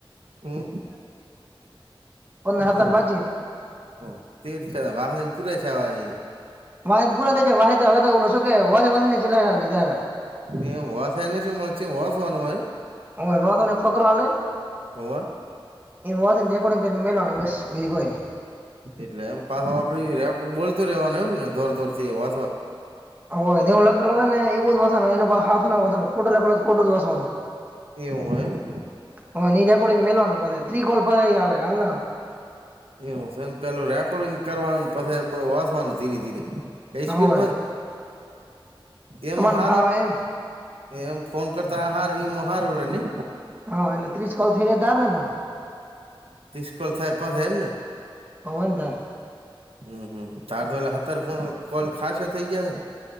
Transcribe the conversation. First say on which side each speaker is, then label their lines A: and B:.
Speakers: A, on the right; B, on the right.
A: હું
B: પંદર સતર
A: ઓ
B: બાચીસ.
A: ઓ તેર વા પુયા છેવા એ.
B: વાને પુરા થાય વા ઓ શ કે વા વા ને ચલા લીધા.
A: મે હોસાને શુંમચી હોસાવાનું હોયમ?
B: હસને એક ફકરા હલે.
A: ઓવાર.
B: એ વાતનેેકોર્ડંગ કરીને મેવાનું બસ બીજી કોઈ ન.
A: એટલે એમ પાછો આપડી ર બોલતું રેવાનું એ ને દોર દોર થી વાસવા.
B: હોયવું લખડ હો ને એવું જ વસનું એનું હાથ નાસવાનું ખોટું લખડય તો ખોટું વસવાનું.
A: એવું હ.
B: હ ની રેકોર્ડિંગ મેવાનો પ ત્રિકોલ પ આવે હાલ.
A: એમ પેલું રેકોર્ડિંગ કરવાનું પછી વાસવાનું ધીરે ધીરે. એ સ્પીડ
B: હોવે
A: મ એમ
B: તમાને
A: હારમ
B: ભાવે એમ
A: એ એમ ફોન કરતા આ હાર એમ હારવ રહે ની.
B: હા એટલે ત્રીસ કોલ થઇ ર તાર ને પણ.
A: તિસ્કોલ થાય પાછ એમને?
B: હોવે ને તાર
A: હમ હમ તાર તો એલા અતાર ફોન કોલ ખાસ થઇ જાયને.